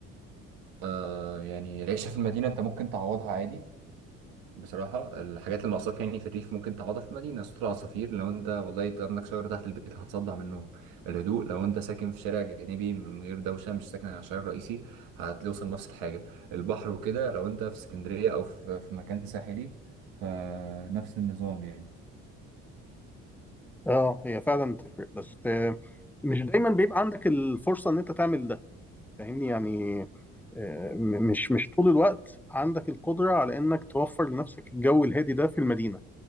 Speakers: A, on the right; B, in the centre.
A: آه، يعني العيشة في المدينة أنت ممكن تعوضها عادي بصراحة الحاجات اللي ناقصاك يعني في الريف ممكن تقعدها في مدينة سطول عصافير لو انت والله عندك شجرة تحت البيت هتصدع منهم الهدوء لو انت ساكن في شارع جانبي من غير دوشة مش ساكن على الشارع الرئيسي هتوصل نفس الحاجة البحر وكده لو انت في اسكندرية أو في في مكان ساحلي فنفس النظام يعني
B: اه هي فعلا تفرق بس آه، مش دايما بيبقى عندك الفرصه ان انت تعمل ده فاهمني يعني آه، م- مش مش طول الوقت عندك القدره على انك توفر لنفسك الجو الهادي ده في المدينه